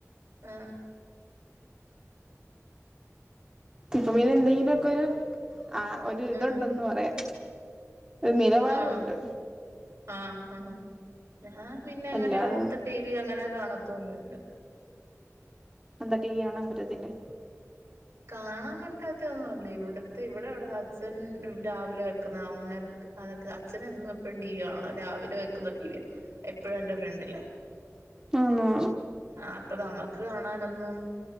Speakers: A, on the right; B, on the right.
A: ആ
B: ഇപ്പ പിന്നെ എന്തെങ്കിലും ഒക്കെയൊരു ആ ഒരു ഇതുണ്ടന്ന്
A: ഉം
B: പറയാം ഒരു നിലവാരം
A: ആഹ്
B: വൊണ്ട്
A: ആഹ് ആഹ് ഞാൻ പിന്നെ എങ്ങനെ
B: അല്ലാതെ
A: ഇവിടുത്തെ ടി വി അങ്ങനെ കാണാത്തൊന്നുമില്ല
B: എന്താ ടി വി കാണാൻ പറ്റത്തില്ലേ
A: കാണാൻ പറ്റാത്ത ഒന്നുവല്ല ഇവിടത്തെ ഇവിടെ അവിടെ അച്ഛൻ രാവിലെ വെക്കുന്ന അങ്ങേർക്ക് അ അച്ഛൻ എന്നും എപ്പഴും ടി വി വേണം രാവിലെ വെക്കുന്ന ടി വി എപ്പഴും എൻ്റെ ഫ്രണ്ടിലാ
B: ആന്നോ
A: ആ അപ്പൊ നമ്മക്ക് കാണാനൊന്നും